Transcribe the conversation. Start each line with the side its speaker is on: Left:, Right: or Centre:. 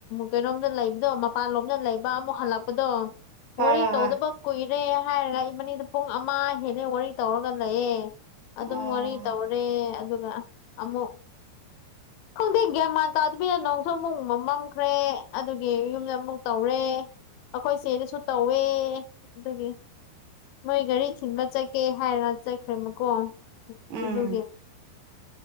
Left: ꯀꯩꯅꯣꯝꯗ ꯂꯩꯕꯗꯣ ꯃꯄꯥꯟꯂꯣꯝꯗ ꯂꯩꯕ ꯑꯃꯨꯛ ꯍꯜꯂꯛꯄꯗꯣ
Right: ꯍꯣꯏ
Left: ꯋꯥꯔꯤ
Right: ꯍꯣꯏ
Left: ꯇꯧꯗꯕ
Right: ꯍꯣꯏ
Left: ꯀꯨꯏꯔꯦ ꯍꯥꯏꯔꯒ ꯏ ꯃꯅꯤꯗ ꯄꯨꯡ ꯑꯃ ꯍꯦꯂ ꯋꯥꯔꯤ ꯇꯧꯔꯒ ꯂꯩꯌꯦ ꯑꯗꯨꯝ
Right: ꯑꯣ
Left: ꯋꯥꯔꯤ ꯇꯧꯔꯦ ꯑꯗꯨꯒ ꯑꯃꯨꯛ
Right: <inaudible>
Left: ꯈꯪꯗꯦ ꯒ꯭ꯌꯥꯃꯥꯟ ꯇꯥꯗꯕꯤꯗ ꯅꯪꯁꯨ ꯑꯃꯨꯛ ꯃ ꯃꯝꯈ꯭ꯔꯦ ꯑꯗꯨꯒꯤ ꯌꯨꯝꯗ ꯑꯃꯨꯛ ꯇꯧꯔꯦ ꯑꯩꯈꯣꯏ ꯆꯦꯗꯁꯨ ꯇꯧꯋꯦ ꯑꯗꯨꯒꯤ ꯃꯣꯏ ꯘꯔꯤ ꯊꯤꯟꯕ ꯆꯠꯀꯦ ꯍꯥꯏꯔ ꯆꯠꯈ꯭ꯔꯦꯕꯀꯣꯂꯒ
Right: ꯎꯝ